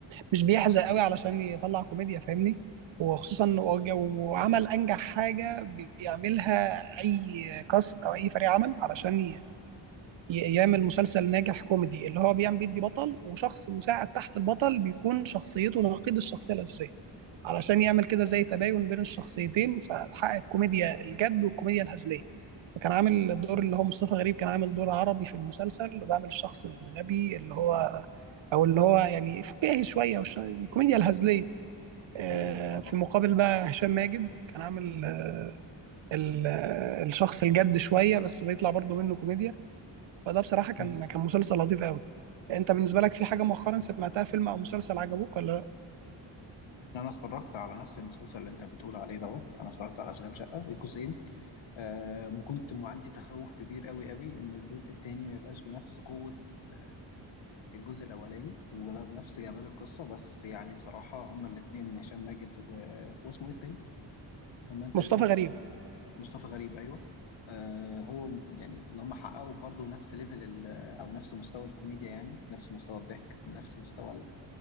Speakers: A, on the right (about 70°); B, on the left (about 70°).
A: مش بيحزق قوي علشان يطلع كوميديا فاهمني وخصوصا انه وج- وعمل انجح حاجه بيعملها اي كاست او اي فريق عمل علشان ي- يعمل مسلسل ناجح كوميدي اللي هو بيعمل بيدي بطل وشخص مساعد تحت البطل بيكون شخصيته نقيض الشخصية الأساسية علشان يعمل كده زي تباين بين الشخصيتين فتحقق الكوميديا الجد والكوميديا الهزلية فكان عامل الدور اللي هو مصطفى غريب كان عامل دور عربي في المسلسل وده عامل الشخص الغبي اللي هو او اللي هو يعني فكاهي شويه والش- الكوميديا الهزليه آه،
B: ايوه ايوه فاهم
A: في
B: قصدك
A: مقابل بقى هشام ماجد كان عامل آه، ال- آه، الشخص الجد شويه بس بيطلع برضه منه كوميديا فده بصراحة كان
B: مم.
A: كان مسلسل لطيف قوي انت بالنسبة لك في حاجة مؤخرا سمعتها فيلم او مسلسل عجبوك ولا لا
B: انا اتفرجت على نفس المسلسل اللي انت بتقول عليه دوت انا اتفرجت على اشغال شقه الجزئين آه كنت عندي تخوف كبير قوي قوي ان الجزء التاني ما يبقاش بنفس قوة آه الجزء الاولاني ولا بنفس جمال القصة بس يعني بصراحة هما الاتنين هشام ماجد و... واسمه ايه التاني؟ أنا بنسى
A: مصطفى
B: اسمه
A: غريب
B: مصطفى غريب ايوه آه هو يعني ان هم حققوا برضه نفس ليفل ال- او نفس مستوى الكوميديا يعني نفس مستوى الضحك نفس مستوى